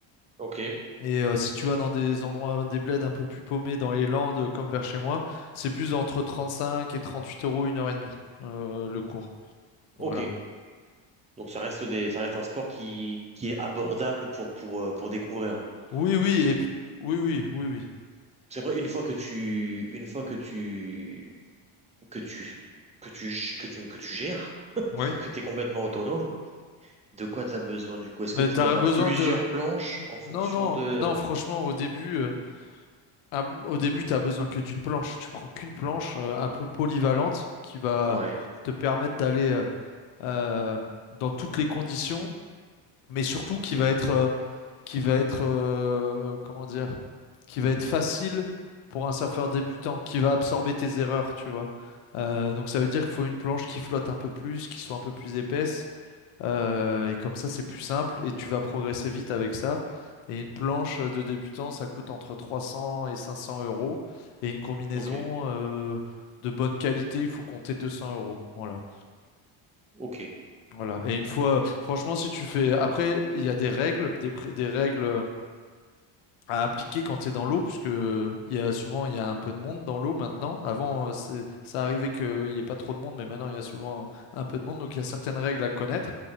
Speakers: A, on the right; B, on the left.
A: ok,
B: Et euh, si tu vas dans des endroits, euh, des bleds un peu plus paumés dans les Landes, euh, comme vers chez moi, c'est plus entre 35 et 38 euros une heure et demie, euh, le cours. Voilà.
A: ok. Donc ça reste des, ça reste un sport qui, qui est abordable pour, pour, euh, pour découvrir.
B: Oui, oui,
A: Parce que
B: et p- oui, oui, oui, oui.
A: c'est vrai, une fois que tu, une fois que tu, que tu, que tu, que tu, que tu gères,
B: Oui.
A: que tu es complètement autonome, De quoi t'as besoin du coup? Est-ce
B: Mais
A: que tu
B: t'as
A: dois avoir
B: besoin
A: plusieurs
B: de.
A: planches
B: N-
A: en fonction
B: Non, non,
A: de...
B: non, franchement, au début, euh, ah, au début, t'as besoin que d'une planche. Tu prends qu'une planche euh, un peu polyvalente qui va
A: Ouais,
B: te permettre d'aller euh, euh, dans toutes les conditions, mais surtout qui va être euh, qui va être, euh, comment dire, qui va être facile pour un surfeur débutant, qui va absorber tes erreurs, tu vois. Euh, donc ça veut dire qu'il faut une planche qui flotte un peu plus, qui soit un peu plus épaisse, euh, et comme ça c'est plus simple et tu vas progresser vite avec ça. Et une planche de débutant, ça coûte entre 300 et 500 euros, et une combinaison
A: ok,
B: euh, de bonne qualité, il faut compter 200 euros. Voilà.
A: ok.
B: Voilà. Et une fois, franchement, si tu fais, après, il y a des règles, des, pré- des règles. euh, à appliquer quand tu es dans l'eau, puisque il y a souvent il y a un peu de monde dans l'eau maintenant. Avant, euh, c'est- ça arrivait qu'il n'y ait pas trop de monde, mais maintenant il y a souvent un peu de monde, donc il y a certaines règles à connaître.